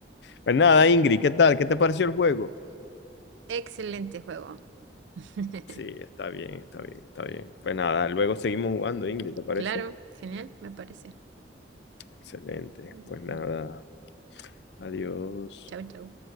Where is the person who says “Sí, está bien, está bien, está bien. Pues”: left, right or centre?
Left